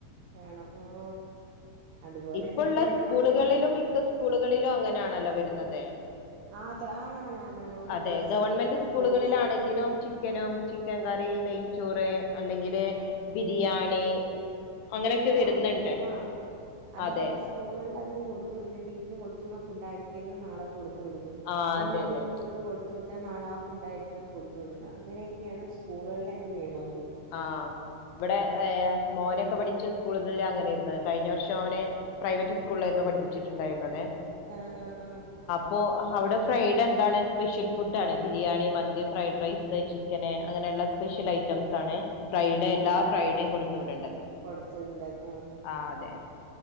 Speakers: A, on the right; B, on the left.
A: വേണം ആഹ് അതുപോലെ
B: ഇപ്പുള്ള
A: തന്നെയാണ്
B: സ്കൂളുകളിലും
A: മക്കൾ
B: ഇത് സ്കൂളുകളിലോ അങ്ങനെയാണല്ലോ വരുന്നതെ
A: ആഹ് അത ആണാണാണാണ് ഒരു
B: അതെ
A: ദിവസം
B: ഗവമെന്റ് സ്കൂളുകളിലാണെങ്കിലും
A: ഫ്രൂട്ട്സ്
B: ചിക്കനും. ചിക്കൻ നെയച്ചോറ് അല്ലെങ്കില് ബിരിയാണി. അങ്ങനെയൊക്കെ
A: എല്ലാം
B: വരുന്നുണ്ട്
A: എല്ലാ ആ അതുപോലെ
B: അതെ
A: സ്കൂളള്ളാരും കൊടുത്തു വിടുന്നപ്പ ഇന്ന് കൊടുത്തുന്ന ഉണ്ടായിരിക്കരുന്ന നാളെ കൊടുത്തു വിടുന്ന
B: ആ അതെ
A: ഇന്നിപ്പ
B: അതെ
A: ഈ ഫുഡ് കൊടു കൊടുത്ത വിട്ടാ നാള ആ ഫുഡ് ആയിരിക്കണം കൊടുത്തു വിടുന്നത് അങ്ങനെയൊക്കെയാണ് സ്കൂളില നിയമങ്ങൾ
B: ആഹ് ഇവിടെ ഏഹ് മോനൊക്കെ പഠിച്ച സ്കൂളുകളല് അങ്ങനെരുന്നു, കഴിഞ്ഞ വർഷം മോനെ പ്രൈവറ്റ് സ്കൂളിലായിരുന്നു പഠിച്ചിട്ടുണ്ടായിരുന്നത്
A: ആ ആ ആ
B: അപ്പോൾ അവിടെ ഫ്രൈഡെ എന്താണ്, സ്പെഷ്യൽ ഫുഡ് ആണ് ബിരിയാണി മന്തി ഫ്രൈഡ് റൈസ് ചിക്കന് അങ്ങനെ സ്പെഷ്യൽ ഐറ്റംസ് ണ് ഫ്രൈഡേ എല്ലാ
A: ആഹ് ആഹ്
B: ഫ്രൈഡേയും കൊടുത്തു വിടേണ്ടത്
A: കൊടുത്തണ്ട് അത്
B: ആ അതെ